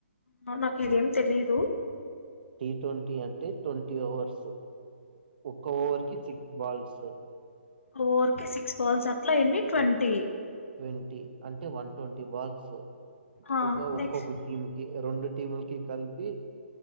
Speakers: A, on the left (about 90°); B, on the right (about 50°).
A: అవునా నాక్ ఇదేం తెలీదూ.
B: టీ ట్వంటీ అంటే ట్వంటీ ఓవర్స్. ఒక్క ఓవర్ కి సిక్స్ బాల్స్.
A: ఓవర్ కి సిక్స్ బాల్స్ అట్లా ఎన్ని ట్వంటీ.
B: ట్వంటీ అంటే వన్ ట్వంటీ బాల్ స్
A: ఆ!
B: ఒక ఒక్కొక్క
A: నెక్స్ట్‌కి
B: టీమ్ కి రెండు టీముల్కి కలిపీ